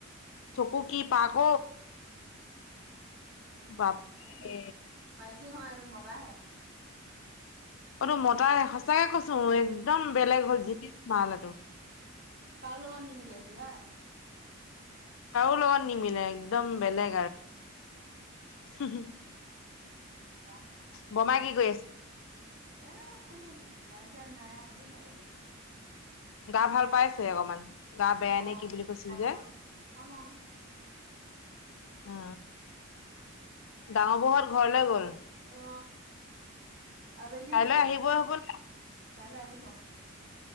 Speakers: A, on the left; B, on the right.
A: চকু কি পাকঅ
B: উম
A: বাপৰে
B: এ মাইকী নহয় এইটো মতাহে
A: এইতো মতাই সচাকে কৈছো
B: অ',
A: একদম বেলেগ হ'ল জিনিচ মাল এইটো
B: কাও লগত নিমিলে সি হয়
A: কাৰো লগত নিমিলে একদম বেলেগ আৰু
B: মতা হল
A: বোমা কি গৈ আছে
B: এ শুই আছছে লাইন চাইন নাই এনেই বাগৰিাত
A: গা ভাল পাইছে অকমান গা বেয়াাই
B: অ',
A: নে কি বুলি কৈছিল
B: অকণ
A: যে
B: অকণ অকণ অকণ ভাল পাইছে
A: অ ডাঙৰ বহত ঘৰলৈ গ'ল
B: অ আবেলিয়ে
A: কাইলৈ
B: গ'ল
A: আহিবই হবলা
B: কাইলৈ আহিব